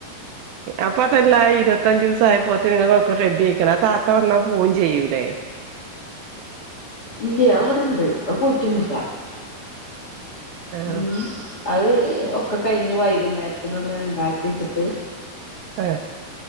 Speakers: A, on the right; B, on the left.
A: അപ്പതല്ല ഇരുപത്തഞ്ചുസം ആയപ്പോ ത്തിന് ഒക്കെ റെഡി ആയ്ക്ക്ണ് ആ താത്ത വന്നാ പോവും ചെയ്യുലെ?
B: ഇല്ലെയ് അഹ് ഇവിടെണ്ട് അഹ് പോയിട്ടൊന്നുല്ല.
A: ആഹ്
B: ഉം അത് ഒക്കെ കഴിഞ്ഞ് വൈകുന്നേരത്തിനുള്ള ഇണ്ടാക്കി വച്ചിട്ട്
A: ആ